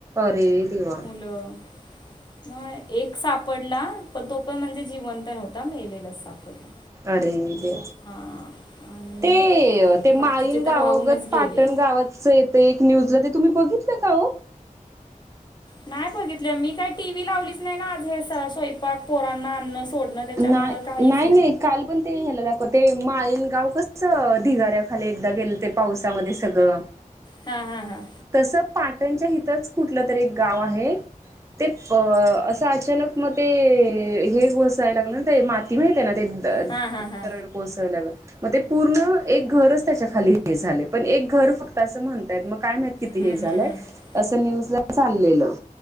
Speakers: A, on the right; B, on the left.
A: अरे देवा.
B: त मग एक सापडला, पण तो पण म्हणजे जिवंत नव्हता मेलेलाच सापडला.
A: अरे देवा.
B: हां आणि
A: ते ते माळीन
B: बाकीचे तर
A: गावागत
B: वाहूनच गेले
A: पाटण गावचं ये ते एक न्यूजला ते तुम्ही बघितलं का हो?
B: नाही बघितले मी काही टी व्ही लावलीच नाही ना, आज हे स्वयंपाक पोरांना आणनं, सोडणं. त्याच्यामुळं
A: नाही
B: काहीच
A: नाही नाही काल पण ते ह्याला दाखव ते माळीन गाव कसं ढिगाऱ्याखाली एकदा गेलं ते पावसामध्ये सगळं.
B: हां हां हां.
A: तसं पाटणच्या हिथंच कुठलं तरी एक गाव आहे. ते अ असं अचानक मग ते हे घुसाय लागलं ना ते, माती माहित आहे ना ते द
B: हां हां हां
A: दरड कोसळल्यागत. मग ते पूर्ण एक घरच त्याच्या खाली हे झालंय, पण एक घर फक्त असं म्हणतायत मग काय माहित किती
B: हम्म
A: हे झालंय?
B: हम्म हम्म
A: असं न्यूज ला चाललेलं.